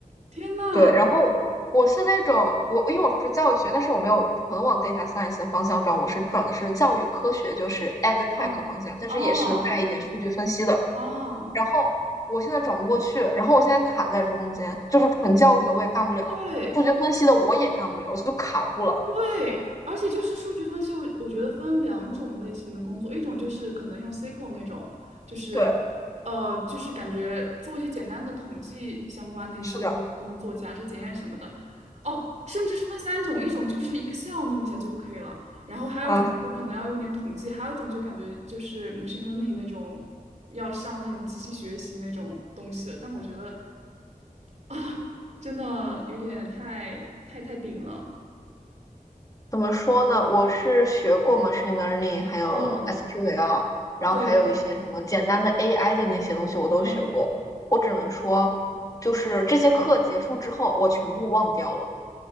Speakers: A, on the right; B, on the left.
A: 天呐，
B: 对，然后我是那种我，因为我是教育学，但是我没有纯往 data science 的方向转，我是转的是教育科学，就是 ed tech
A: 啊
B: 方向，但是也是带一点数据分析的。
A: 哦哦，
B: 然后我现在转不过去，然后我现在卡在中间，就是纯教育的我也干不了，
A: 对。
B: 数据分析的我也干不了，我就卡住了。
A: 对，而且就是数据分析，我我觉得分两种类型的工作，一种就是可能用 SQL 那种，就是
B: 对，
A: 呃，就是感觉做一些简单的统计相关的一些工作，
B: 是的
A: 假设检验什么的。哦，甚至是分三种，一种就是 Excel 弄一下就可以了，然后还有一种就可能要用点统计，
B: 啊，
A: 还有一种就感觉就是 machine learning 那种要上那种机器学习那种东西了。但我觉得啊，真的有点太太太顶了，
B: 怎么说呢？我是学过 machine learning，还有
A: 嗯。
B: SQL，然后还有一些什么简单的
A: 对，
B: AI 的那些东西我都学过。
A: 嗯，
B: 我只能说，
A: 我
B: 就是这些课结束之后，我全部忘掉了。